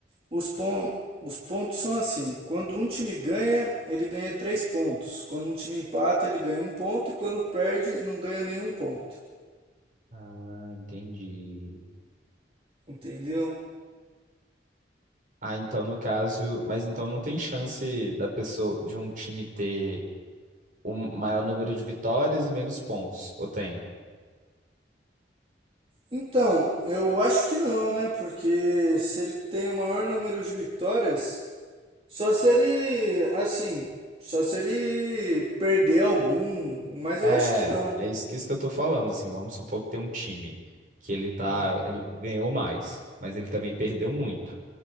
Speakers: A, on the right; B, on the right.
A: os pon- os pontos são assim: quando um time ganha, ele ganha três pontos. Quando um time empata, ele ganha um ponto. E quando perde, não ganha nenhum ponto.
B: Ah, entendi.
A: Entendeu?
B: Ah, então no caso, mas então não tem chance da pessoa de um time ter o maior número de vitórias e menos pontos, ou tem?
A: Então, eu acho que não, né? Porque se ele tem o maior número de vitórias, Só se ele, assim, só se ele perder algum, mas
B: É,
A: eu acho que não.
B: é isso, que- isso que eu tô falando, assim, vamos supor que tem um time que ele tá,
A: Hum,
B: ele ganhou mais, mas ele também perdeu muito.